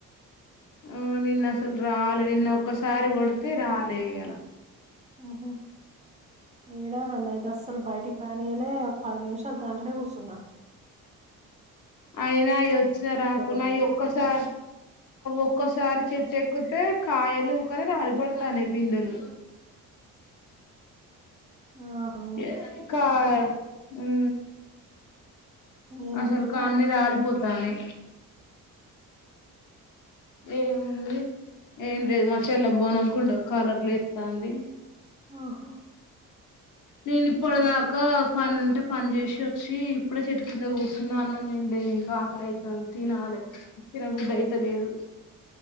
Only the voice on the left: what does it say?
ఆ నిన్న అసలు రాలే నిన్న ఒక్కసారి కొడితే రాలే ఇయాల,
అయినా అవి వచ్చిన రాకున్నా
అయి ఒక్క సా ఒక్కసారి చెట్టు ఎక్కితే కాయలు ఊకనే రాలి పడుతున్నాయిపిందెలు,
ఏ కా ఉ
అసలు
కాన్ని రాలిపోతు తనే ఎమ్ ఉంది ఏంటి లేదు మ చెల్ బోనకుండా కాలర్లు ఎత్తా అంది
నేను ఇప్పటిదాకా పని ఉంటే పని చేసి వచ్చి ఇప్పుడే చెట్టుకింద కూచన్నా అన్నం తినలేదు ఇంకా ఆకలయితాంది తినాలై తిన బుద్ధి అయితలేదు